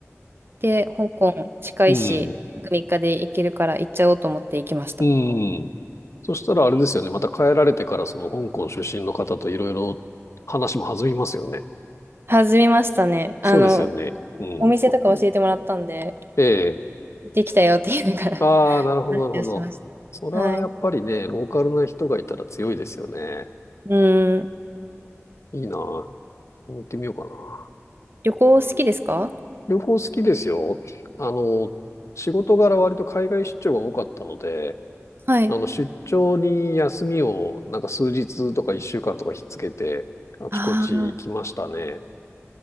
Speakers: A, on the right; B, on the left.
A: で、香港近いし、
B: うん、
A: 3日で行けるから行っちゃおうと思って行きました。
B: うん。そしたらあれですよね。また帰られてからその香港出身の方といろいろ話も弾みますよね。
A: 弾みましたね。
B: そうですよね。
A: あの、
B: うん。
A: お店とか教えてもらったんで、
B: え
A: 行ってきたよって言いながら <laughs>。
B: ああ、なるほど、なるほど。
A: しまし
B: それはやっぱりね、
A: た。はい。
B: ローカルな人がいたら強いですよね。
A: うん。
B: いいな。行ってみようかな。
A: 旅行好きですか
B: 旅行好きですよ。あの、仕事柄割と海外出張が多かったので、
A: はい。
B: あの、出張に休みをなんか数日とか一週間とかひっつけて、あちこち行きましたね。
A: ああ